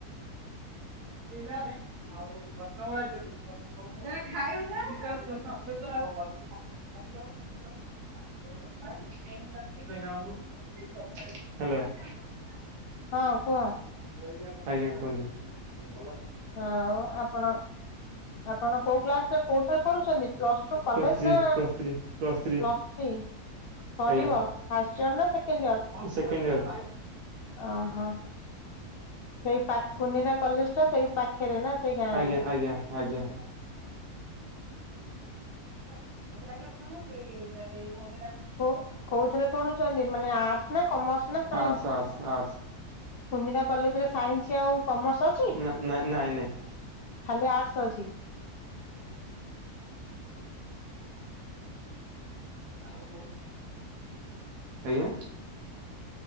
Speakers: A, on the right (about 85°); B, on the left (about 80°).
A: ଏ <unintelligible> ଉ ଖାଇ <unintelligible> <unintelligible> କେତେଜଣଙ୍କୁ, ହେଲା? ଆଜ୍ଞା
B: ହଁ କୁହ
A: କୁହନ୍ତୁ।
B: ହଁ ଆପଣ ଆପଣ କୋଉ କ୍ଲାସରେ କୋଉଥିରେ ପଢୁଛନ୍ତି, plus two college
A: plus three
B: ନା
A: plus three plus three.
B: Plus three, ସରିବା,
A: ଆଜ୍ଞା
B: ଫାର୍ଷ୍ଟ ଇଅର ନା ସେକେଣ୍ଡ ଇଅର?
A: Second year.
B: ଓହୋ ସେଇ ପାକୁନି ନା କଲେଜା ସେଇ ପାଖରେ ନା ସେଇ ଗାଁରେ?
A: ଆଜ୍ଞା ଆଜ୍ଞା ଆଜ୍ଞା ହେଲା ତତେ ଡାକର <unintelligible>
B: କୋଉ-କୋଉଥିରେ ପଢୁଛନ୍ତି, ମାନେ ଆର୍ଟସ ନା କମର୍ସ ନା ସାଇନ୍ସ?
A: Arts arts arts.
B: କୁନିନ୍ଦା କଲେଜ ରେ ସାଇନ୍ସ ଆଉ କମର୍ସ ଅଛି
A: ନା ନ ନାଇଁ ନାଇଁ ।
B: ଖାଲି ଆଟ୍ସ ଅଛି?
A: ଆଜ୍ଞା?